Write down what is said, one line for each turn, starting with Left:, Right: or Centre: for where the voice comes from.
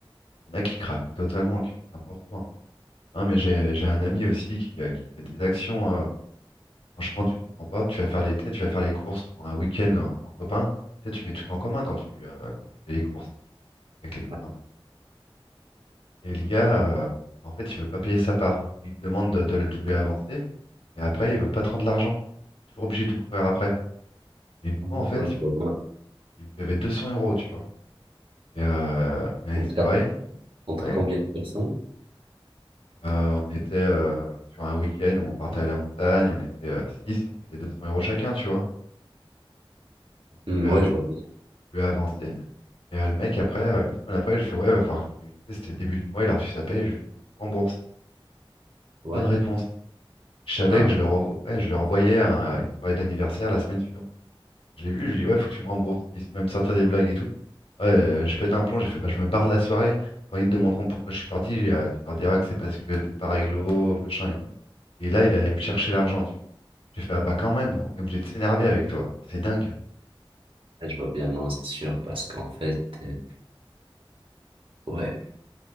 Left: il y en a qui craquent totalement, qui font n'importe quoi. hein. Non, mais j'ai j'ai un ami aussi qui, euh, qui fait des actions. euh, franchement, tu comprends pas. Tu vas faire l'été, tu vas faire les courses pour un week-end en, en copain. Tu sais, tu mets tout en commun quand tu, euh, quand tu fais les courses avec les copains.
Right: Ouais,
Left: Et le gars, euh, en fait, il veut pas payer sa part. Il te demande de, de le- de lui avancer, et après, il veut pas te rendre l'argent. Toujours obligé de courir après. Et une
Right: ah non,
Left: fois, en fait,
Right: ouais, je
Left: il, me
Right: vois bien.
Left: il me devait 200 euros, tu vois. Et, euh, on a
Right: Donc,
Left: une
Right: t'as-
Left: soirée.
Right: entre
Left: ouais,
Right: combien de personnes?
Left: euh, on était euh, sur un week-end où on partait à la montagne, on était euh, six et on mettait 200 euros chacun, tu vois. Donc,
Right: Hmm,
Left: je lui
Right: ouais,
Left: ai, av-
Right: je vois bien.
Left: je lui ai avancé. Et euh, le mec, après, euh, une semaine après, j'ai fait, ouais, va falloir que tu. Tu sais, c'était le début du mois, il a reçu sa paye, j'ai fait, faut que tu me rembourses.
Right: Ouais.
Left: Pas de réponse. Je savais
Right: Ah
Left: que
Right: ouais.
Left: je le, revo- ouais, je le revoyais à une soirée d'anniversaire la semaine suivante. Je l'ai vu, je lui ai dit, ouais, faut que tu me rembourses. Il s'est même sortir des blagues et tout. Ouais, euh, je pète un plomb, j'ai fait, bah, je me barre de la soirée. Quand ils te demanderont pourquoi je suis parti, j'ai, euh, tu leur diras que c'est parce que t'es pas réglo, machin et tout. Et là, il allait me chercher l'argent, tu vois. J'ai fait, ah bah quand même, on est obligé de s'énerver avec toi. C'est dingue.
Right: Ouais, je vois bien. Non, c'est sûr, parce qu'en fait, euh, ouais.